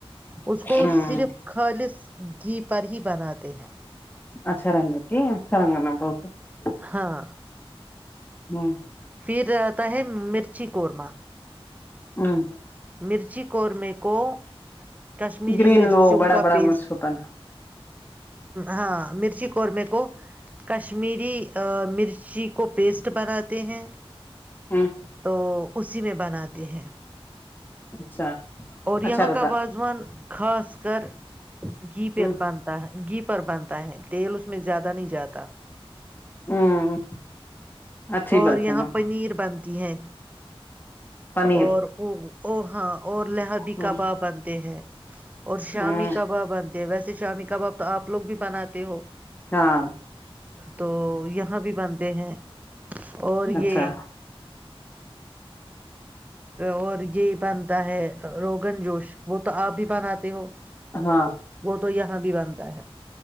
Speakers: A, on the right; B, on the left.
A: اس
B: ہ
A: کو صرف خالص گ پر ہی بنااتے ہیں
B: <unintelligible>
A: ہاں
B: ہ
A: پھر اتا ہے ایک مرچی قورمہ
B: ہوں
A: مرچی قورمے کو کشمیری
B: گرین
A: مرچیوں
B: وہ بڑا
A: کا
B: بڑا
A: پیسٹ
B: مرچ ہوتا نا
A: ہاں مرچی قورمے کو کشمیری ا مرچی کو پیسٹ بناتے ہیں
B: ہ
A: تو اسی میں بناتے ہیں
B: اچھا
A: اور
B: اچھا
A: یہاں
B: رہتا
A: کا وازوان خاص کر گھی پر
B: ہ
A: بانتا ہے گھی پر بانتا ہے تیل اس میں زیادہ نہیں جاتا
B: ہ اچھی
A: اور
B: بات ہے
A: یہاں
B: نا
A: پنیر بنتی ہے
B: پنیر
A: اور وہ او ہاں اور لہبی
B: ہ
A: کباب بنتے ہیں اور شامی
B: ہوں
A: کباب بنتے ہیں ویسے شامی کباب تو آپ لوگ بھی بناتے ہو
B: ہاں
A: تو یہاں بھی بنتے ہیں اور
B: اچھا
A: یہ اور یہی بانتا ہے روگن جوش وہ تو آپ بھی بناتے ہو
B: ہاں
A: وہ تو یہاں بھی بنتا ہے